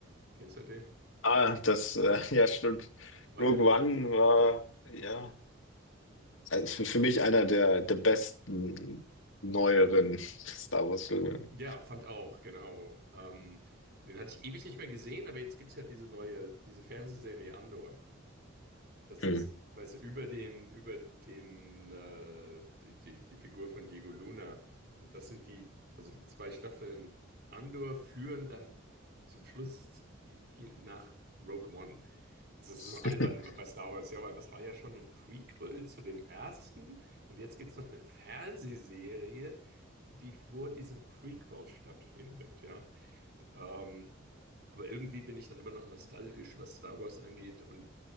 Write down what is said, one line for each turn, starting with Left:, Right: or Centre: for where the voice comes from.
Right: Kennst du den?
Left: Ah, das, äh, <laughs> ja, stimmt.
Right: Weil,
Left: Rogue One war, ja, also für, für mich einer der, der besten neueren <laughs> Star Wars-Filme.
Right: ja, fand auch, genau. Ähm, den hatte ich ewig nicht mehr gesehen, aber jetzt gibt es ja diese neue, diese Fernsehserie Andor. Das
Left: Hm.
Right: ist, weißt du, über den, über den, äh, die, die, die Figur von Diego Luna. Und das sind die, also die zwei Staffeln Andor führen dann zum Schluss i- i- nach Rogue One. Also es ist
Left: <laughs>
Right: so albern bei Star Wars, ja, weil das war ja schon ein Prequel zu dem ersten. Und jetzt gibt es noch eine Fernsehserie, die vor diesem Prequel stattfindet, ja. Ähm, aber irgendwie bin ich dann immer noch nostalgisch, was Star Wars angeht und